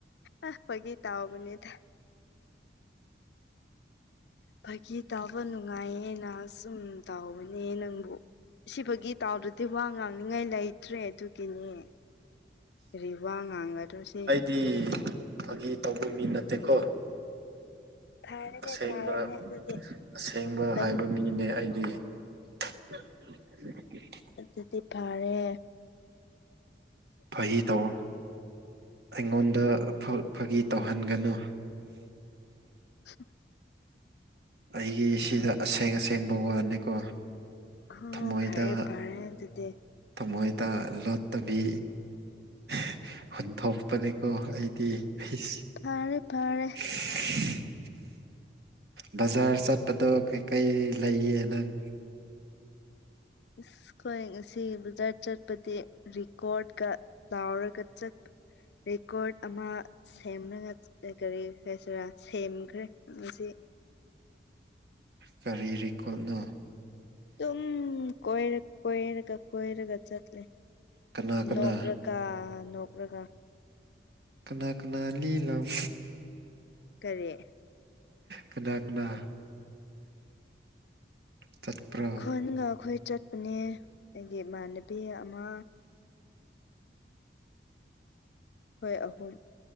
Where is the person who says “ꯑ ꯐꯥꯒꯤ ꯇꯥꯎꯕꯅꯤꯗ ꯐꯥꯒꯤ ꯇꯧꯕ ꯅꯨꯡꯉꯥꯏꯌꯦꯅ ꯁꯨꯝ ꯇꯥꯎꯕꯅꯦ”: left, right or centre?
Left